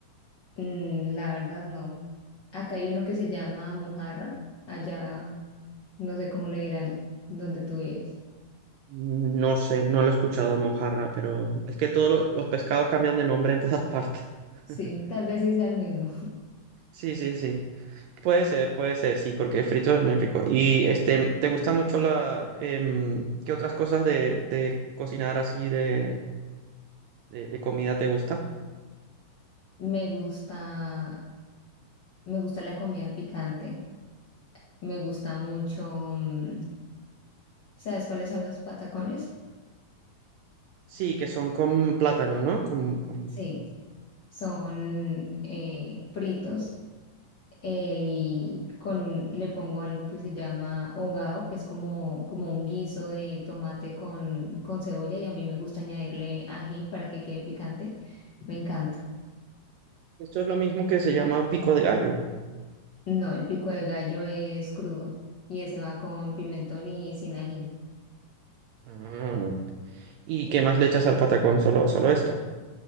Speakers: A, on the left; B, on the right.
A: Mm, la verdad, no. Acá hay uno que se llama mojarra. Allá, no sé cómo le dirán donde tú vives.
B: No sé, no lo he escuchado en mojarra, pero es que todos los, los pescados cambian de nombre en todas partes. <laughs>
A: Sí, tal vez sí sea el mismo.
B: Sí, sí, sí. Puede ser, puede ser, sí, porque frito es muy rico. Y este, ¿te gusta mucho la, em, qué otras cosas de, de cocinar así de, de, de comida te gusta?
A: Me gusta, me gusta la comida picante. Me gusta mucho. mm, ¿Sabes cuáles son los patacones?
B: Sí, que son con plátano, ¿no? Con, con...
A: Sí, son eh, fritos eh, y con un, le pongo algo que se llama hogao, que es como, como un guiso de tomate con, con cebolla y a mí me gusta añadirle ají para que quede picante, me encanta.
B: Esto es lo mismo que se llama pico de gallo.
A: No, el pico de gallo es crudo y ese va con pimentón y sin ají.
B: Ah. ¿Y qué más le echas al patacón? Solo, solo esto.